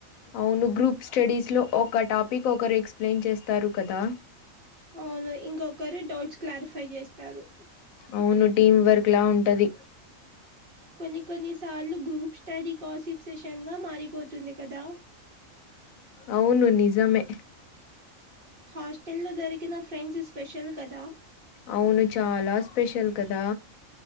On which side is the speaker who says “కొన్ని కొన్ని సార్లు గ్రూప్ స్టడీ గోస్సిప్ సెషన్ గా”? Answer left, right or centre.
Right